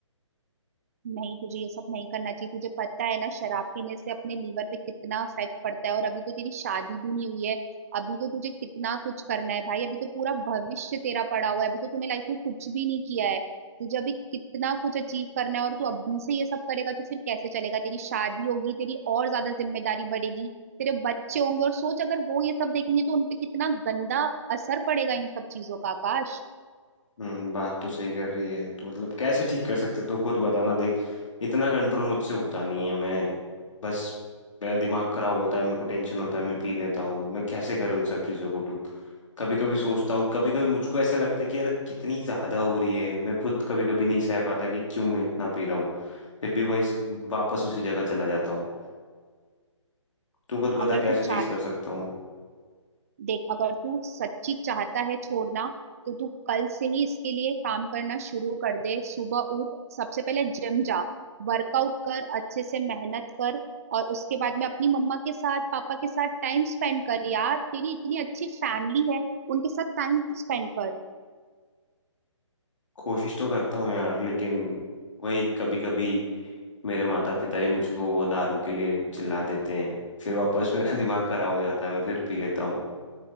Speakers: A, on the right; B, on the left.
A: नहीं तुझे ये सब नहीं करना चाहिए तुझे पता है ना शराब पीने से अपने लीवर पे कितना इफेक्ट पड़ता है और अभी तो तेरी शादी भी नहीं हुई है अभी तो तुझे कितना कुछ करना है भाई अभी तो पूरा भविष्य तेरा पड़ा हुआ है अभी तो तूने लाइफ में कुछ भी नहीं किया है तुझे अभी कितना कुछ अचीव करना है और तू अभी से ये सब करेगा तो फिर कैसे चलेगा तेरी शादी होगी तेरी और ज्यादा जिम्मेदारी बढ़ेगी तेरे बच्चे होंगे और सोच अगर वो ये सब देखेंगे तो उनपे कितना गंदा असर पड़ेगा इन सब चीजों का आकाश
B: हम्म बात तो सही कर रही है तो मतलब कैसे ठीक कर सकते तू खुद बताना देख इतना कंट्रोल मुझसे होता नहीं है मैं बस मेरा दिमाग खराब होता है मेरे को टेंशन होता है मैं पी लेता हूँ मैं कैसे करूँ इन सब चीज़ों को ठीक कभी कभी सोचता हूँ कभी कभी मुझको ऐसा लगता है कि यार कितनी ज़्यादा हो रही है मैं खुद कभी कभी नहीं सह पाता कि क्यों मैं इतना पी रहा हूँ फिर भी वही वापस उसी जगह चला जाता हूँ तू खुद बता
A: अगर
B: कैसे
A: तू
B: चीज
A: चाह
B: कर सकता हूँ
A: देख अगर तू सच्ची चाहता है छोड़ना तो तू कल से ही इसके लिए काम करना शुरू कर दे सुबह उठ सबसे पहले जिम जा वर्कआउट कर अच्छे से मेहनत कर और उसके बाद में अपनी मम्मा के साथ पापा के साथ टाइम स्पेंड कर यार तेरी इतनी अच्छी फैमिली है उनके साथ टाइम स्पेंड कर
B: कोशिश तो करता हूँ यार लेकिन वही कभी कभी मेरे माता पिता ही मुझको वो दारू के लिए चिल्ला देते हैं फिर वापस मेरा <laughs> दिमाग खराब हो जाता है मैं फिर पी लेता हूँ